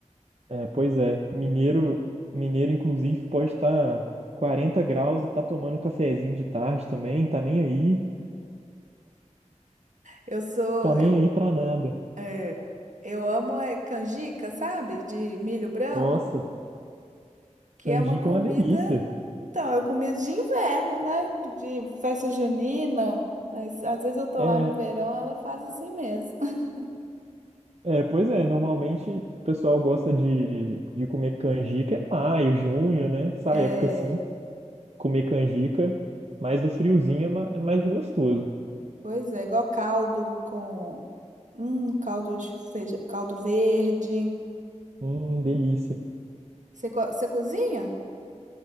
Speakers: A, on the right; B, on the right.
A: É, pois é. Mineiro, mineiro, inclusive, pode estar 40 graus e tá tomando um cafezinho de tarde também, tá nem aí,
B: Eu sou,
A: tá nem
B: eu,
A: aí pra nada.
B: é, eu amo é, canjica, sabe? De milho branco,
A: Nossa,
B: que
A: canjica
B: é uma comida.
A: é uma delícia.
B: Então, é comida de inverno, né? De festa junina. Mas às vezes eu tô
A: É,
B: lá no verão, ela faz assim mesmo. <laughs>
A: é, pois é, normalmente o pessoal gosta de, de comer canjica em maio, junho, né? Essa
B: É,
A: época assim. comer canjica, mas no friozinho é ma- é mais gostoso.
B: pois é, igual caldo com hum, caldo de feijão, caldo verde.
A: Hum, delícia.
B: Você, co- você cozinha?